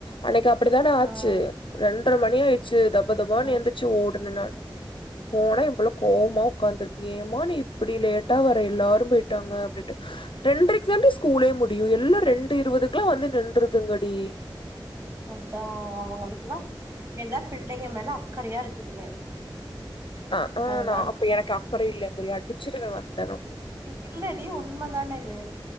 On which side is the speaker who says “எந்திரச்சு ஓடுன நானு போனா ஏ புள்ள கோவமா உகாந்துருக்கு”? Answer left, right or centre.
Left